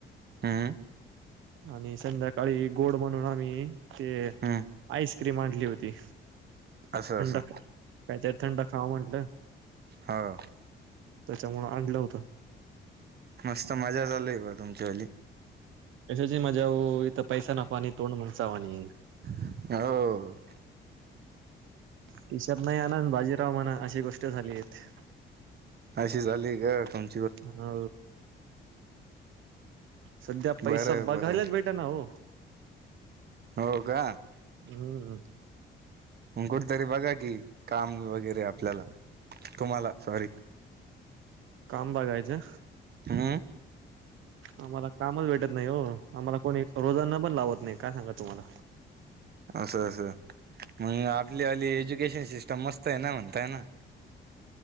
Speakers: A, on the right; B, on the right.
A: हम्म
B: आणि संध्याकाळी गोड म्हणून आम्ही ते.
A: हम्म
B: आईस्क्रीम आणली होती.
A: असं
B: थंड
A: असं
B: काय तरी थंड खावं म्हटलं.
A: हो.
B: त्याच्यामुळं आणलं होतं.
A: मस्त मजा चालीये बुआ तुमची हल्ली.
B: कसली मजा भाऊ इथं पैसा ना पाणी तोंड मुगसावानी.
A: <unintelligible>
B: खिशात नाही आणा आणि बाजीराव म्हणा अशी गोष्ट झाली इथे.
A: अशी झालीये का तुम.
B: हा सध्या पैसा
A: बरं
B: बघायलाच
A: बरं
B: भेटंना ओ.
A: हो का.
B: हम्म
A: कुठेतरी बघा कि काम वगैरे आपल्याला तुम्हाला सॉरी.
B: काम बघायचं.
A: हम्म
B: आम्हाला कामच भेटत नाही हो आम्हाला कोणी रोजगारला पण लावत नाही काय सांगायचं तुम्हाला.
A: <unintelligible> असं असं मंग आपली आली एज्युकेशन सिस्टम मस्त आहे ना म्हणताय ना.